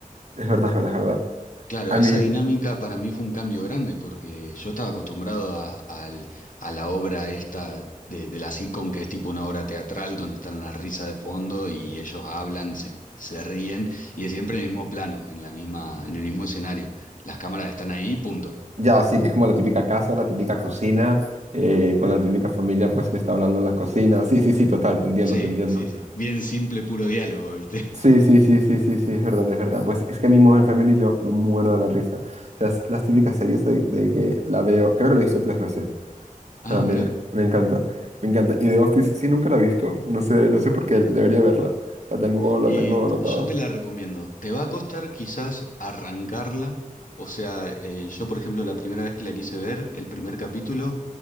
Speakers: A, on the right (about 50°); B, on the left (about 65°).
A: Es verdad, es verdad, es verdad.
B: Claro,
A: A
B: esa
A: mí,
B: dinámica para mí fue un cambio grande porque yo estaba acostumbrado a, al- a la obra esta de, de la sitcom, que es tipo una obra teatral donde están las risas de fondo y ellos hablan, se, se ríen y es siempre en el mismo plano, en la misma, en el mismo escenario. Las cámaras están ahí, punto.
A: ya, sí, que es como la típica casa, la típica cocina, eh, con la típica familia, pues, que está hablando en la cocina. Sí, sí, sí, total, te entiendo,
B: Sí,
A: te entiendo.
B: sí, sí. Bien simple, puro diálogo, ¿viste? <laughs>
A: Sí, sí, sí, sí, sí, sí, es verdad, es verdad. Pues es que a mí Modern Family yo me muerdo de la risa. O sea, es las típicas series de, de que la veo, creo que la he visto tres veces.
B: Ah,
A: O sea, me,
B: mirá.
A: me encanta, me encanta. Y The Office sí nunca la he visto. No sé, no sé por qué, debería verla. La tengo, la
B: Y
A: tengo
B: t-
A: anotada.
B: yo te la recomiendo. Te va a costar quizás arrancarla. O sea, eh, yo por ejemplo la primera vez que la quise ver, el primer capítulo,